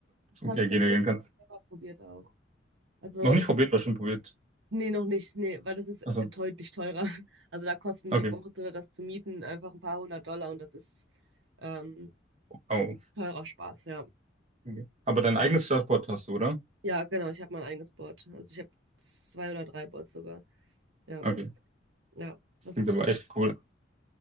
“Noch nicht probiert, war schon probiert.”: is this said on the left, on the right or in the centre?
Right